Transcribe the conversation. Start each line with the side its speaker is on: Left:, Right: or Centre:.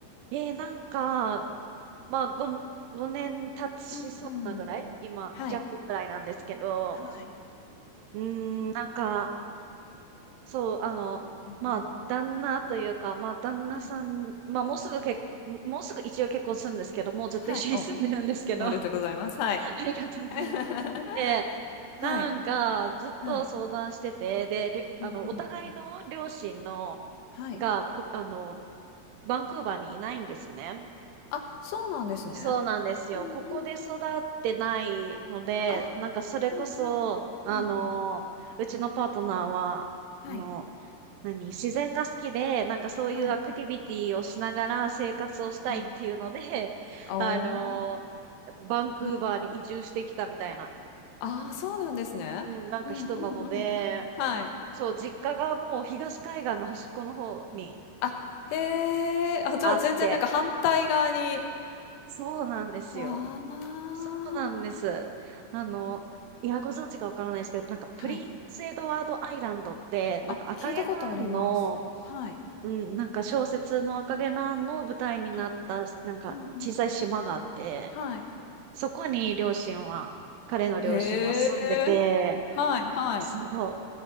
Right: えー、なんか、まあ、ご、5年経ちそうなぐらい今、
Left: うんうん。はい。
Right: 弱ぐらいなんですけど、
Left: はい。
Right: うーん、なんか、そう、あの、
Left: うんうん。
Right: まあ、旦那というか、まあ、旦那さん、
Left: はい。
Right: まあ、もうすぐ結、もうすぐ一応結婚するんですけど、もうずっと一緒に住んでるんですけど、
Left: はい。お、おめでとうございます。
Right: <laughs> あ
Left: はい。
Right: りがとうございます。
Left: <laughs>
Right: で、なんか、
Left: はい。
Right: ずっと相談してて、
Left: はい。
Right: で、りゅあの、
Left: うんうんうん。
Right: お互いの両親の、
Left: はい。
Right: が、こ、あの、バンクーバーにいないんですね。
Left: あ、そうなんですね。
Right: そうなんですよ。
Left: うんうんうん。
Right: ここで育ってないので、
Left: ああ、
Right: なんかそれこそ、
Left: はいはい。
Right: あの、
Left: うん。
Right: うちのパートナーは、
Left: はい。
Right: あの、何、自然が好きで、なんかそういうアクティビティをしながら生活をしたいっていうので、
Left: はい。うんうん。あお、
Right: あの、バンクーバーに移住してきたみたいな
Left: はい。ああ、そうなんですね。
Right: うん、なんか人なので、
Left: うんうんうん。はい。
Right: そう、実家がもう東海岸の端っこの方に
Left: あ、へえ。あ、じゃあ全然なんか反対側に。
Right: あって、そうなんですよ。
Left: ああ。
Right: そうなんです。あの、いや、ご存知かわからないですけど、なんかプリンスエドワードアイランドって、
Left: はい。
Right: なんか赤毛のアンの、
Left: あ、聞いたことあります。はい。
Right: うん、なんか小説の赤毛のアンの舞台になった、
Left: はい。
Right: なんか小さい島があって、
Left: うんうん。はい。
Right: そこに両親は、彼の両親は住んでて、
Left: へえ。はいはい。
Right: そう、